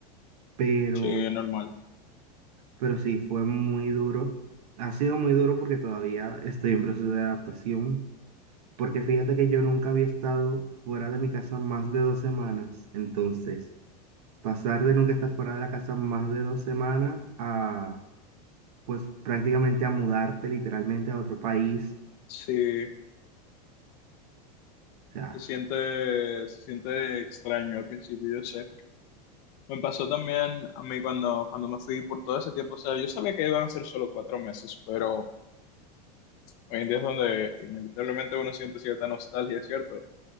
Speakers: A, on the right; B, on the left.
A: Pero,
B: Sí, es normal.
A: pero sí, fue muy duro. Ha sido muy duro porque todavía estoy en proceso de adaptación. Porque fíjate que yo nunca había estado fuera de mi casa más de dos semanas. Entonces, pasar de nunca estar fuera de la casa más de dos semanas a, pues prácticamente a mudarte literalmente a otro país.
B: Sí,
A: O sea,
B: se siente, se siente extraño al principio, yo sé. Me pasó también a mí cuando, cuando me fui por todo ese tiempo. O sea, yo sabía que iban a ser solo cuatro meses, pero hoy en día es donde inevitablemente uno siente cierta nostalgia, ¿cierto?